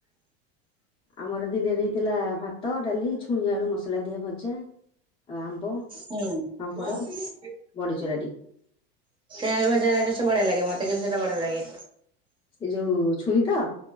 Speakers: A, on the left (about 20°); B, on the right (about 15°).
A: ଆମର ଦିନେରେ ହେଇଥିଲା ଭାତ ଡାଲି ଛୁଇଁ ଆଳୁ ମସଲା ଦିଆ ଭଜା। ଆଉ ଆମ୍ବ
B: ହୁଁ।
A: ପାମ୍ପଡ
B: କେ
A: ବଡିଚୁରାଟି
B: ଆଳୁ ଭଜାରା ବଢିଆ ଲାଗେ ମତେ କେମିତି ଏଟା ବଢିଆ ଲାଗେ।
A: ଏଇ ଯୋଉ ଛୁଇଁତ?